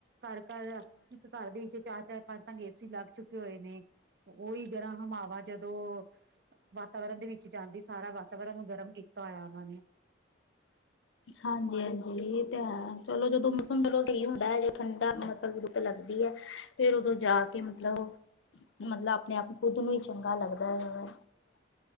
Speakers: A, on the right; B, on the left.
A: ਘਰ -ਘਰ <unintelligible> ਘਰ ਦੇ ਵਿੱਚ ਚਾਰ-ਚਾਰ, ਪੰਜ-ਪੰਜ ਏ ਸੀ ਲੱਗ ਚੁੱਕੇ ਹੋਏ ਨੇ, ਉਹੀ ਗਰਮ ਹਵਾਵਾਂ ਜਦੋਂ ਵਾਤਾਵਰਨ ਵਿੱਚ ਜਾਂਦੀ, ਸਾਰਾ ਵਾਤਾਵਰਨ ਨੂੰ ਗਰਮ ਕੀਤਾ ਹੋਇਆ ਉਹਨਾਂ ਨੇ
B: ਹਾਂਜੀ- ਹਾਂਜੀ ਇਹ ਤੇ ਹੈ, ਚਲੋ ਜਦੋਂ ਮੌਸਮ ਜਦੋਂ ਸਹੀ ਹੁੰਦਾ ਹੈ ਜੇ ਠੰਡਾ ਮੈਨੂੰ ਤੇ ਲੱਗਦੀ ਹੈ ਫੇਰ ਉਦੋਂ ਜਾ ਕੇ ਮਤਲਬ ਮਤਲਬ ਆਪਣੇ ਆਪ ਨੂੰ ਖੁੱਦ ਨੂੰ ਹੀ ਚੰਗਾ ਲੱਗਦਾ ਵੇ।